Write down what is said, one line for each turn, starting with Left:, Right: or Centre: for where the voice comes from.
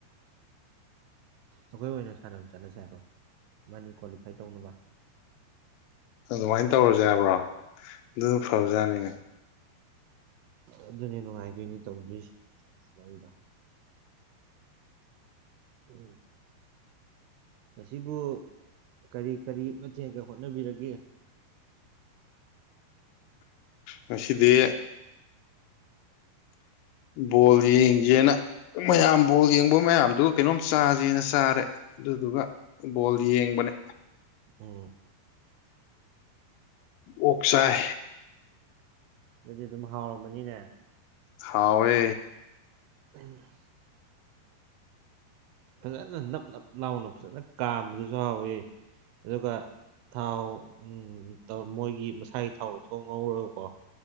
Right: ꯑꯈꯣꯏ ꯑꯣꯏꯅ ꯁꯥꯟꯅꯕ ꯆꯠꯂꯁꯦ ꯍꯥꯏꯕ꯭ꯔꯣ ꯏꯕꯥꯟꯅꯤ ꯀ꯭ꯋꯥꯂꯤꯐꯥꯏ ꯇꯧꯅꯕ
Left: ꯑꯗꯨꯃꯥꯏꯟ ꯇꯧꯔꯁꯦ ꯍꯥꯏꯕ꯭ꯔꯣ ꯑꯗꯨꯅ ꯐꯥꯕꯖꯥꯠꯅꯤꯅꯦ
Right: ꯑꯗꯨꯅꯦ ꯅꯨꯡꯉꯥꯏꯗꯣꯏꯅꯤ ꯇꯧꯗꯣꯏꯁꯦ ꯋꯥꯔꯤꯗꯣ ꯑꯝ ꯉꯁꯤꯕꯨ ꯀꯔꯤ ꯀꯔꯤ ꯃꯊꯦꯛꯒ ꯍꯣꯠꯅꯕꯤꯔꯒꯦ
Left: ꯉꯁꯤꯗꯤ ꯕꯣꯜ ꯌꯦꯡꯁꯦꯅ ꯃꯌꯥꯝ ꯕꯣꯜ ꯌꯦꯡꯕ ꯃꯌꯥꯝꯗꯨ ꯀꯩꯅꯣꯝ ꯆꯥꯁꯦꯅ ꯆꯥꯔꯦ ꯑꯗꯨꯏꯗꯨꯒ ꯕꯣꯜ ꯌꯦꯡꯕꯅꯦ
Right: ꯑꯝ
Left: ꯑꯣꯛ ꯆꯥꯏ
Right: ꯑꯗꯨꯗꯤ ꯑꯗꯨꯝ ꯍꯥꯎꯔꯝꯃꯅꯤꯅꯦ
Left: ꯍꯥꯎꯋꯦ
Right: ꯑꯗꯨꯅꯤ ꯐꯥꯖꯅ ꯅꯞ ꯅꯞ ꯂꯥꯎꯅ ꯐꯥꯖꯅ ꯀꯥꯝꯕꯁꯨ ꯍꯥꯎꯋꯤ ꯑꯗꯨꯒ ꯊꯥꯎ ꯑꯝ ꯃꯣꯏꯒꯤ ꯃꯁꯥꯒꯤ ꯊꯥꯎ ꯂꯧꯊꯣꯡ ꯉꯧꯔꯒ ꯀꯣ